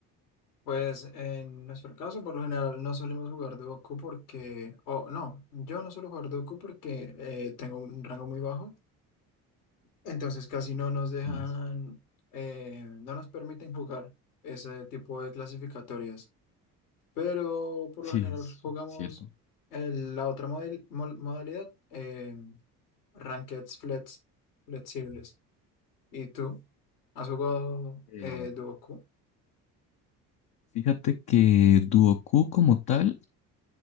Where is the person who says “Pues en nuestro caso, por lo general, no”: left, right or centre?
Left